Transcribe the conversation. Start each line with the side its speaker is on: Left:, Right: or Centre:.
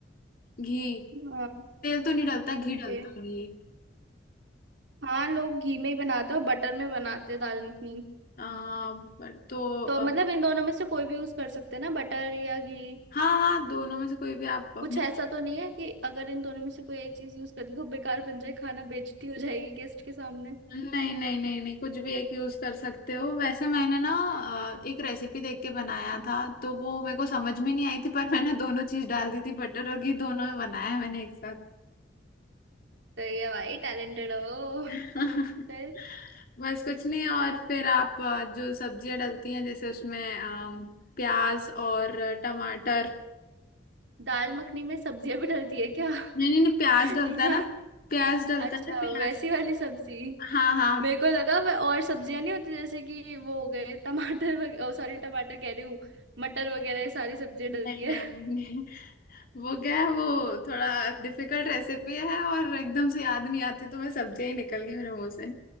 Left: घी
Right: हाँ
Left: तेल तो नहीं डलता घी
Right: ओके
Left: डलता है, घी
Right: हाँ लोग घी में ही बनाते हैं और बटर में बनाते हैं दाल मखनी
Left: आ, पर तो अ,
Right: तो मतलब इन दोनों में से कोई भी यूज कर सकते हैं ना बटर या घी
Left: हाँ हाँ दोनों में से कोई भी आप अपने
Right: कुछ ऐसा तो नहीं है कि अगर इन दोनों में से कोई एक चीज यूज कर दे तो बेकार बन जाए खाना बेइज्जती हो जाएगी गेस्ट के सामने
Left: नहीं नहीं नहीं नहीं कुछ भी एक यूज कर सकते हो वैसे मैंने ना अ, एक रेसिपी देख के बनाया था तो वो मेरे को समझ में नहीं आई थी पर मैंने दोनों चीज डाल दी थी बटर और घी दोनों बनाया है मैंने एक साथ
Right: तो ये भाई टैलेंटेड हो
Left: <laughs>
Right: फिर
Left: बस कुछ नहीं और फिर आप अ, जो सब्जियां डलती हैं जैसे उसमें अम, प्याज और टमाटर
Right: दाल मखनी में सब्जियां भी डलती है क्या <laughs>
Left: नहीं नहीं नहीं प्याज डलता
Right: या
Left: है ना प्याज डलता
Right: अच्छा
Left: है ना प्याज
Right: वैसी वाली सब्जी
Left: हाँ हाँ हाँ।
Right: मेरे को लगा वह और सब्जियां नहीं होती जैसे कि वो हो गए टमाटर वगैरह सॉरी टमाटर कह रही हूँ मटर वगैरह ये सारी सब्जियां
Left: नहीं
Right: डलती है
Left: नहीं नहीं नहीं। वो क्या है वो थोड़ा डिफिकल्ट रेसिपी है और एकदम से याद नहीं आती तो मैं सब्जियां ही निकल गई मेरे मुंह से